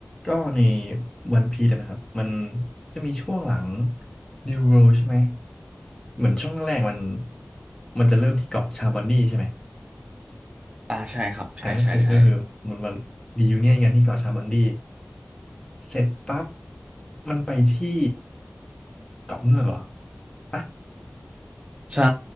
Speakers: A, on the left; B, on the right.
A: ก็ในวันพี e นะครับมันจะมีช่วงหลัง New World ใช่ไหมเหมือนช่วงแรกมันมันจะเริ่มที่เกาะชาบอนดีใช่ไหม
B: อ่าใช่ครับใช่ใช่ใช่
A: อ่าก็คือก็คือมันมารียูเนียนกันที่เกาะชาบอนดีเสร็จปั๊บมันไปที่เกาะเงือกเหรอปะ
B: ใช่